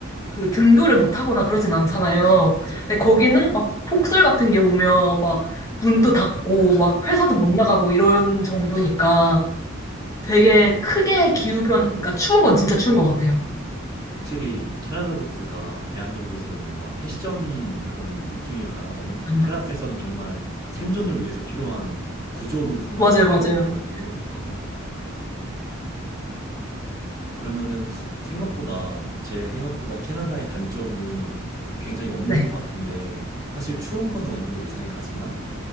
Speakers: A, on the left; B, on the right.
A: 그 등교를 못 하거나 그러진 않잖아요.
B: 맞아요,
A: 근데
B: 맞아요.
A: 거기는 막 폭설 같은 게 오면 막 눈도 닫고
B: <laughs>
A: 막 회사도 못 나가고 이런 정도니까 되게 크게 기후변, 그러니까 추운 건 진짜 추운 것 같아요.
B: 확실히 캐나다 구스가 대한민국에서는 뭔가 패션 그런 느낌이 강하다면
A: 음.
B: 캐나다에서는 정말 생존을 위해서 필요한 구조 물품 같은
A: 맞아요,
B: 수준인
A: 맞아요.
B: 거거든요. <laughs> 그러면은 생각보다 제 생각보다 캐나다의 단점이 굉장히 없는
A: 네.
B: 것 같은데 사실 추운 거는 어느 정도 예상이 가지만